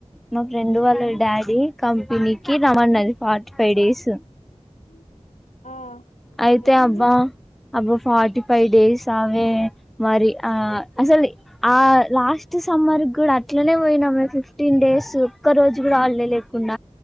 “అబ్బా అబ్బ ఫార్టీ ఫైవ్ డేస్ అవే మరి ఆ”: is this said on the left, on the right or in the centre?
Centre